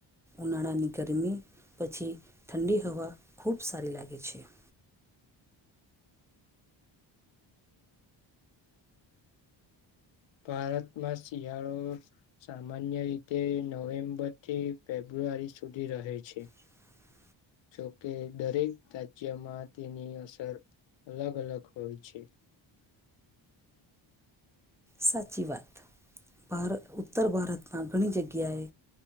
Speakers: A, in the centre; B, on the left.
A: ઉનાળાની ગરમી પછી ઠંડી હવા ખૂબ સારી લાગે છે. <inaudible>
B: ભારતમાં શિયાળો સામાન્ય રીતે નવેમ્બર થી ફેબ્રુ ફેબ્રુઆરી સુધી રહે છે.
A: <inaudible>
B: જોકે દરેક રાજ્યમાં તેની અસર અલગ અલગ હોય છે.
A: સાચી વાત ભારત ઉત્તર ભારતમાં ઘણી જગ્યાએ